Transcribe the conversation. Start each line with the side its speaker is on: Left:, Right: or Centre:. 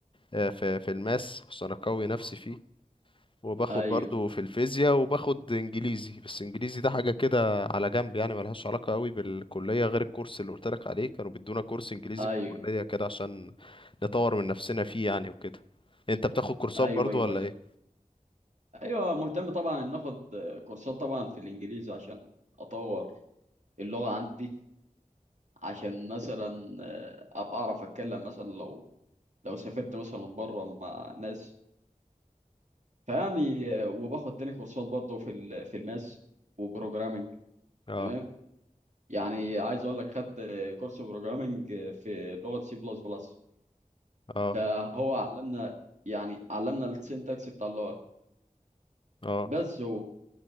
Left: آه، في في الماس عشان اقوي نفسي فيه وباخد
Right: ايوه
Left: برضو في الفيزياء وباخد انجليزي بس انجليزي ده حاجة كده على جنب يعني ملهاش علاقة قوي بالكلية غير الكورس اللي قلتلك عليه كانوا بيدونا كورس انجليزي
Right: ايوه
Left: في الكلية كده عشان نطور من نفسنا فيه يعني وكده انت بتاخد كورسات
Right: ايوه
Left: برضو
Right: ايوه
Left: ولا
Right: ولا
Left: ايه
Right: إيه؟ ايوه مهتم طبعا ان اخد كورسات طبعا في الانجليزي عشان اطور اللغة عندي عشان مثلا ابقى اعرف اتكلم مثلا لو لو سافرت مثلا بره مع ناس فيعني وباخد تاني كورسات برضه في ال- في الماس وبروجرامينج
Left: اه
Right: تمام يعني عايز اقول لك خدت كورس بروجرامينج في لغة سي بلس بلس
Left: اه
Right: فهو علمنا يعني علمنا السنتكس بتاع اللغه
Left: اه
Right: بس هو